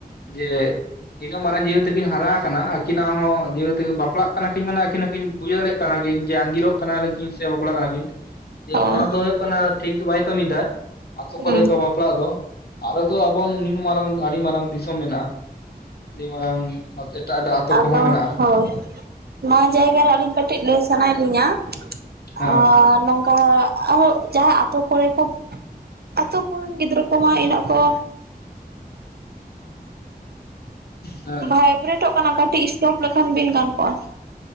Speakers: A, on the left; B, on the right.
A: ᱡᱮ ᱤᱱᱟᱹᱜ ᱢᱟᱨᱟᱝ ᱡᱤᱦᱮᱛᱩ ᱠᱤᱱ ᱦᱟᱨᱟ ᱟᱠᱟᱱᱟ ᱟᱹᱠᱤᱱᱟᱜ ᱦᱚᱸ ᱡᱤᱦᱮᱛᱩ ᱵᱟᱯᱞᱟᱜ ᱠᱟᱱᱟ ᱠᱤᱱ ᱢᱟᱱᱮ ᱟᱹᱠᱤᱱ ᱦᱚᱸᱠᱤᱱ ᱵᱩᱡᱷᱟᱹᱣ ᱫᱟᱲᱮᱭᱟᱜ ᱠᱟᱱᱟ ᱾ ᱠᱟᱱᱟ ᱠᱤᱱ ᱡᱮ ᱟᱸᱜᱤᱨᱚᱜ ᱠᱟᱱᱟᱤᱱ ᱥᱮ ᱵᱟᱯᱞᱟᱜ ᱠᱟᱱᱟ ᱠᱤᱱ ᱡᱮ
B: ᱦᱳᱭ
A: ᱱᱚᱣᱟ ᱫᱚ ᱦᱩᱭᱩᱜ ᱠᱟᱱᱟ ᱴᱷᱤᱠ ᱫᱚ ᱵᱟᱭ ᱠᱟᱹᱢᱤᱭᱮᱫᱟ, ᱟᱛᱳ ᱠᱚᱨᱮ
B: ᱦᱩᱸ
A: ᱫᱚ ᱵᱟ ᱵᱟᱯᱞᱟᱜ ᱫᱚ ᱟᱨ ᱛᱚ ᱟᱵᱚ ᱱᱤᱱᱟ ᱢᱟᱨᱟᱝ ᱟᱹᱰᱤ ᱢᱟᱨᱟᱝ ᱫᱤᱥᱚᱢ ᱢᱮᱱᱟᱜᱼᱟ᱾ ᱟᱹᱰᱤ ᱢᱟᱨᱟᱝ ᱮᱴᱟᱜ ᱮᱴᱟᱜ ᱟᱛᱳ
B: ᱟᱫᱚ
A: ᱠᱚᱦᱚᱸ ᱢᱮᱱᱟᱜᱼᱟ᱾
B: ᱦᱳᱭ ᱱᱚᱣᱟ ᱡᱟᱭᱜᱟ ᱨᱮ ᱟᱹᱞᱤᱧ ᱠᱟᱹᱴᱤᱡ ᱞᱟᱹᱭ ᱥᱟᱱᱟᱭᱮᱫ ᱞᱤᱧᱟ ᱾
A: ᱦᱮᱸ
B: ᱟᱨ ᱱᱚᱝ ᱦᱳᱭ ᱟᱨ ᱡᱟᱦᱟᱸ ᱟᱛᱳ ᱠᱚᱨᱮ ᱠᱚ ᱟᱛᱳ ᱠᱚᱨᱮᱱ ᱜᱤᱫᱽᱨᱟᱹ ᱠᱚᱢᱟ ᱤᱱᱟᱹᱜ ᱠᱚ
A: ᱦᱮᱸ
B: ᱵᱷᱟᱭ ᱵᱨᱮᱴᱚᱜ ᱠᱟᱱᱟ ᱠᱟᱹᱴᱤᱡ ᱥᱴᱚᱯ ᱞᱮᱠᱷᱟᱱ ᱵᱤᱱ ᱜᱟᱱ ᱠᱚᱜᱼᱟ ᱾